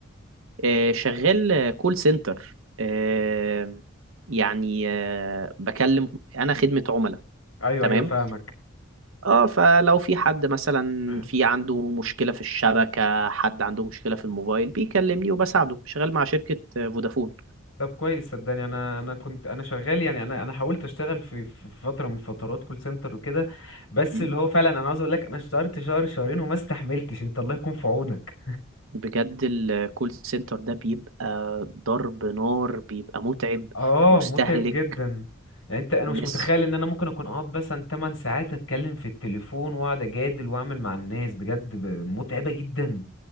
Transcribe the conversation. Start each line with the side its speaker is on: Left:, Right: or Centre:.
Right: آه شغال آه، كول سنتر آه يعني آه بكلم انا خدمة عملاء
Left: ايوه
Right: تمام
Left: ايوه فاهمك
Right: اه فلو في حد مثلا
Left: آه.
Right: في عنده مشكلة في الشبكة حد عنده مشكلة في الموبايل بيكلمني وبساعده شغال مع شركة فودافون
Left: طب كويس صدقني انا انا كنت انا شغال يعني انا انا حاولت اشتغل في في فتره من فترات كول سنتر وكده بس
Right: مم.
Left: اللي هو فعلا انا عاوز اقول لك انا اشتغلت شهر شهرين وما استحملتش انت الله يكون في عونك
Right: بجد الكول سنتر ده بيبقى ضرب نار بيبقى متعب
Left: اه
Right: مستهلك
Left: متعب جدا يعني انت انا مش
Right: ناس
Left: متخيل ان انا ممكن اكون اقعد مثلا 8 ساعات اتكلم في التليفون واقعد اجادل واعمل مع الناس بجد ب- متعبة جدا